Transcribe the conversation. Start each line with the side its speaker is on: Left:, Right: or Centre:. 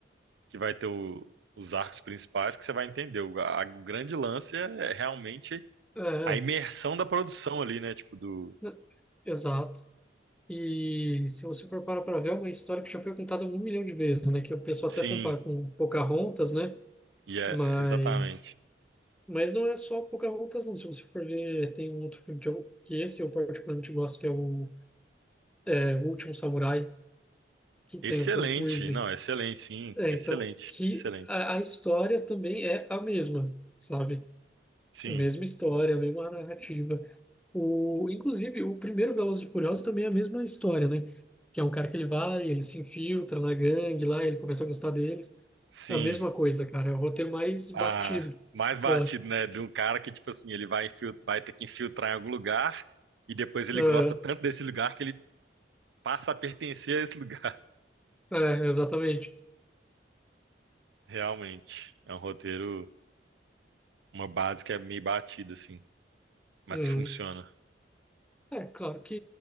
Right: que vai ter o- os arcos principais que você vai entender. O, a- o grande lance é, é realmente
Centre: É,
Right: a
Centre: é.
Right: imersão da produção ali, né? Tipo do.
Centre: é, exato. E se você for parar para ver, é uma história que já foi contada um milhão de vezes, né? Que o pessoal
Right: Sim,
Centre: até compara com Pocahontas, né?
Right: e é
Centre: Mas
Right: exatamente.
Centre: Mas não é só Pocahontas, não. Se você for ver, tem um outro filme que, eu, que esse eu particularmente gosto, que é o, é, O Último Samurai, que
Right: Excelente,
Centre: tem o Tom Cruise.
Right: não, excelente, sim,
Centre: É,
Right: excelente,
Centre: então, que
Right: excelente.
Centre: a, a história também é a mesma, sabe?
Right: Sim,
Centre: A mesma história, a mesma narrativa. O, inclusive, o primeiro Velozes e Furiosos também é a mesma história, né? Que é um cara que ele vai, ele se infiltra na gangue lá, ele começa a gostar deles.
Right: sim.
Centre: É a mesma coisa, cara. É o roteiro mais batido,
Right: Ah, mais batido,
Centre: eu acho.
Right: né? De um cara que, tipo assim, ele vai, infil- vai ter que infiltrar em algum lugar e depois ele
Centre: É,
Right: gosta tanto desse lugar que ele passa a pertencer a esse lugar.
Centre: é, exatamente.
Right: <laughs> Realmente, é um roteiro, uma base que é meio batida, assim, mas
Centre: Uhum.
Right: que funciona.
Centre: É, claro que